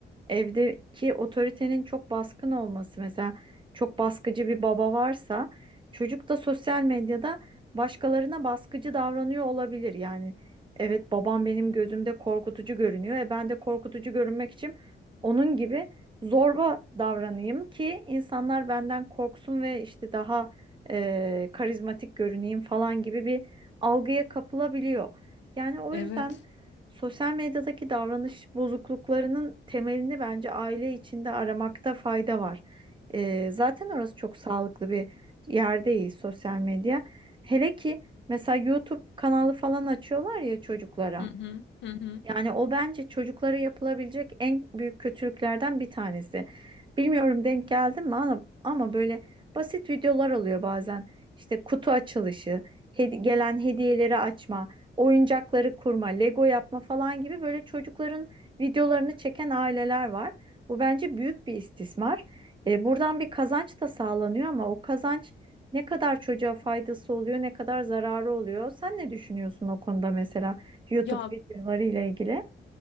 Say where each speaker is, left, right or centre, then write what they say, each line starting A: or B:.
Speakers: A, on the right; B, on the left.
A: Evdeki otoritenin çok baskın olması mesela çok baskıcı bir baba varsa çocuk da sosyal medyada başkalarına baskıcı davranıyor olabilir. Yani evet babam benim gözümde korkutucu görünüyor. E ben de korkutucu görünmek için onun gibi zorba davranayım ki insanlar benden korksun ve işte daha e, karizmatik görüneyim falan gibi bir algıya kapılabiliyor. Yani o
B: evet.
A: yüzden Sosyal medyadaki davranış bozukluklarının temelini bence aile içinde aramakta fayda var. Ee, zaten orası çok sağlıklı bir yer değil sosyal medya. Hele ki mesela YouTube kanalı falan açıyorlar ya çocuklara.
B: Hı hı, hı hı.
A: Yani o bence çocuklara yapılabilecek en büyük kötülüklerden bir tanesi. Bilmiyorum denk geldin mi ama, ama böyle basit videolar oluyor bazen. İşte kutu açılışı, hedi- gelen hediyeleri açma, oyuncakları kurma, Lego yapma falan gibi böyle çocukların videolarını çeken aileler var. Bu bence büyük bir istismar. E, buradan bir kazanç da sağlanıyor ama o kazanç ne kadar çocuğa faydası oluyor, ne kadar zararı oluyor? Sen ne düşünüyorsun o konuda mesela? YouTube
B: Ya
A: videoları ile ilgili.